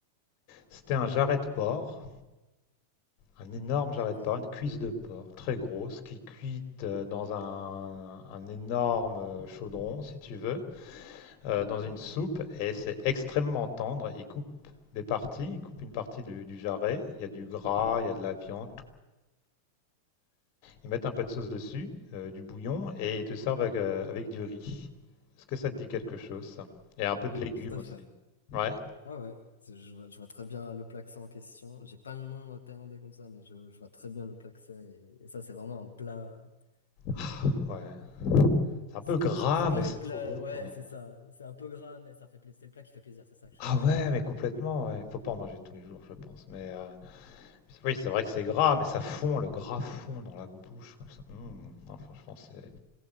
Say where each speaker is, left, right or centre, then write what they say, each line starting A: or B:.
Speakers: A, on the left (about 40°); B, on the left (about 65°).
A: c'était un jarret de porc, un énorme
B: D'accord.
A: jarret de porc, une cuisse de porc très grosse qui cuite euh, dans un, un énorme euh, chaudron, si tu veux euh, dans une soupe et c'est extrêmement tendre. Ils coupent des parties, ils coupent une partie du, du jarret, il y a du gras, il y a de la viande, ils mettent un peu de sauce dessus, euh, du bouillon et ils te servent avec, euh, avec du riz. Est-ce que ça te dit quelque chose ça Et un peu de
B: Oui,
A: légumes
B: tout à
A: aussi.
B: fait.
A: Ouais.
B: Ouais, ouais, je je vois, je vois très bien le plaksé en question. J'ai pas le nom euh, thaïlandais comme ça, mais je, je vois très bien le plaksé. Et, et ça, c'est vraiment un plat.
A: Ah,
B: Euh,
A: ouais. C'est un
B: c'est
A: peu gras,
B: c'est- c'est pas
A: mais
B: le
A: c'est trop
B: plat.
A: bon
B: Ouais,
A: quoi.
B: c'est ça. C'est un peu gras, mais ça fait plaisir. C'est le plat qui fait plaisir. C'est ça que je
A: Ah
B: cherchais.
A: ouais, mais complètement, ouais. Faut pas en manger tous les jours, je pense. Mais euh, oui, c'est vrai que c'est gras, mais ça fond, le gras fond dans la bouche comme ça. Mmh. Non, franchement, c'est